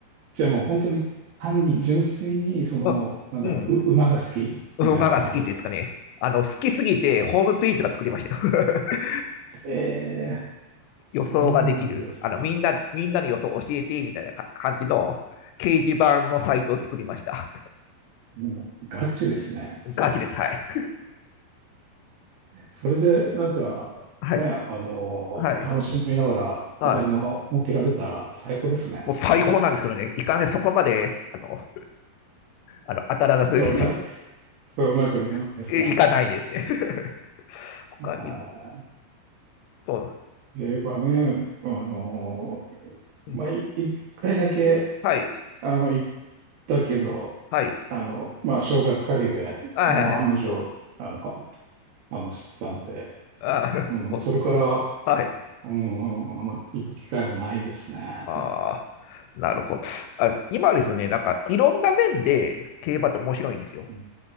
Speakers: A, on the right; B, on the left.
A: じゃあもう本当に単に純粋に、その、
B: うん。
A: なんだろう、う馬が好きみたいな感じですか。
B: うん。馬が好きっていうんですかね。あの、好きすぎて、ホームページが作りましたよ。<laughs>
A: ええ、そうなんですか。
B: 予想ができる、あの、みんな、みんなの予想教えて、みたいな感じの掲示板のサイトを作りました。
A: もうガチですね、それ。
B: ガチです。はい。
A: それで、なんか、
B: はい。
A: ね、あの、
B: はい。
A: 楽しみながらお金を儲けられたら最高ですね。
B: はい。もう最高なんですけどね、いかんね、そこまで、あの、あの当たらずに
A: そうか、そううまくいかないですか。
B: <laughs> いかないですね。<laughs> 他に、
A: あー
B: と、
A: 英語はね、あの、
B: うん、
A: まあ、い一回だけ、
B: はい、
A: あの、行ったけど、
B: はい、
A: あの、まあ、少額かけて、
B: はい、
A: もう案の定、
B: はい、
A: あの、あの、知ったんで、
B: ああ
A: うん、それから、
B: <laughs> はい、
A: うん、あんま行く機会もないですね。
B: ああ、なるほどあ。今ですね、なんか、いろんな面で競馬って面白いんですよ。
A: うん、